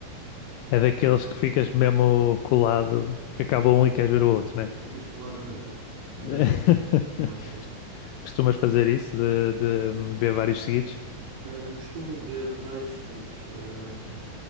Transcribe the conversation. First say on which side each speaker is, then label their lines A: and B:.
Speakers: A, on the left; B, on the right.
A: É daqueles que ficas mesmo colado, que acaba um e queres ver o outro, né?
B: Ficas colado a noite toda, a
A: <laughs>
B: noite toda, não há hipótese.
A: Costumas
B: Mas
A: fazer isso de, de ver vários seguidos?
B: uh, costumo ver vários seguidos. hum,